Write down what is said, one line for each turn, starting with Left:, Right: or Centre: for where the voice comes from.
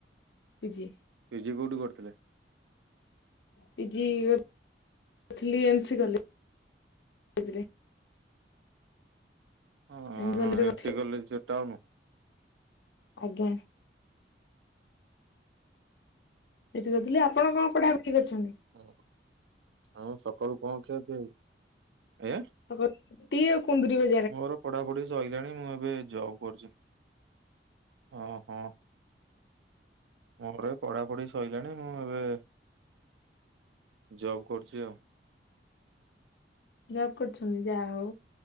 Left: ପି ଜି।
Right: ପି ଜି କୋଉଠି କରୁଥିଲେ?
Left: ପି ଜି କରୁଥିଲି ଏନ୍ ସି କଲେଜରେ।
Right: ଅଁ
Left: ଏମସି
Right: ହଁ
Left: କଲେଜରେ
Right: ଏନ୍
Left: କରିଥିଲି।
Right: ସି କଲେଜ ଯୋଉ ଟାଉନୁ?
Left: ଆଜ୍ଞା। ସେଇଠି କରିଥିଲି ଆପଣ କଣ ପଢାପଢି କରଛନ୍ତି?
Right: ଓ ଆଉ ସକାଳୁ କଣ ଖିଆପିଆ ହେଇ, ଆଜ୍ଞା?
Left: ସକା ରୁଟୁ ଆଉ କୁନ୍ଦୁରି ଭ
Right: ମୋର ପଢାପଢି ସଇଲାଣି ମୁଁ ଏବେ ଜବ କରୁଚି ଓ ହଁ। ମୋର ଏ ପଢାପଢି ସଇଲାଣି ମୁଁ ଏବେ ଜବ୍ କରୁଚି ଆଉ।
Left: ଜବ୍ କରୁଛନ୍ତି ଯାହୋଉ